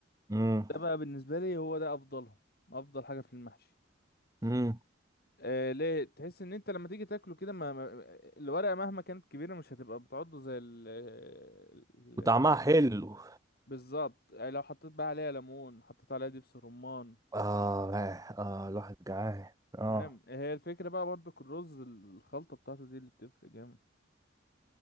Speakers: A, on the right; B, on the left.
A: امم
B: ده بقى بالنسبة لي هو ده افضلهم افضل حاجة في المحشي
A: امم
B: آه ليه تحس ان انت لما تيجي تاكله كده ما ما- الورقه مهما كانت كبيره مش هتبقى بتعضه زي ال ال-
A: وطعمها حلو
B: بالظبط يعني لو حطيت بقى عليها ليمون حطيت عليها دبس رمان
A: اه اه آه، الواحد جعان اه
B: فاهم هي الفكره بقى برضك الرز الخلطه بتاعته دي اللي بتفرق جامد